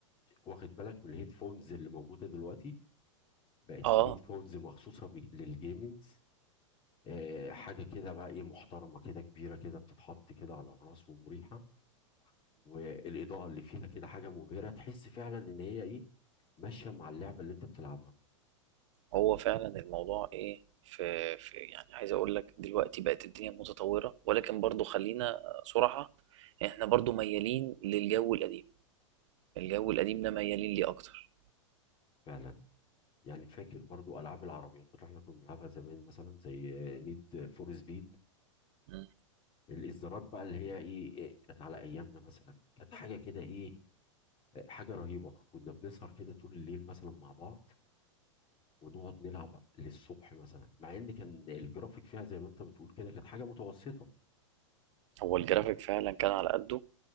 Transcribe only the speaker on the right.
اه
هو فعلا الموضوع ايه في, في يعني عايز اقول لك دلوقتي بقت الدنيا متطورة ولكن برضو خلينا صراحة احنا برضو ميالين للجو القديم الجو القديم ده ميالين ليه اكتر
مم.
هو الجرافيك فعلا كان على قده